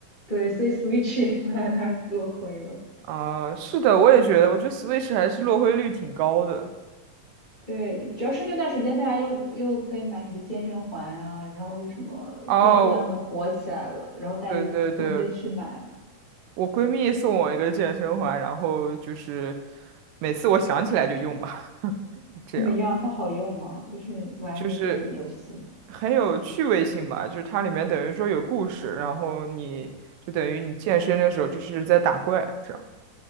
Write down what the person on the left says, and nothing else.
对，所以 Switch 也放在那儿落灰了。
对，主要是那段时间大家又又可以买什么健身环啊，然后又什么各种各样的火起来了，
然后大家就纷纷去买了。
怎么样？它好用吗？就是玩那个游戏。